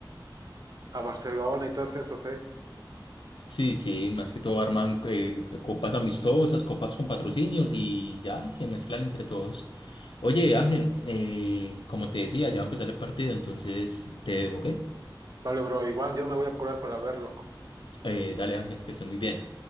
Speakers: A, on the right; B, on the left.
A: a Barcelona y todos esos, ¿eh?
B: sí, sí, más que todo arman eh, copas amistosas, copas con patrocinios y ya, y se mezclan entre todos. Oye, Ángel, eh, como te decía, ya va a empezar el partido, entonces te dejo, ¿ok?
A: Vale, bro, igual yo me voy a apurar para verlo.
B: Eh, dale, Ángel, que estés muy bien.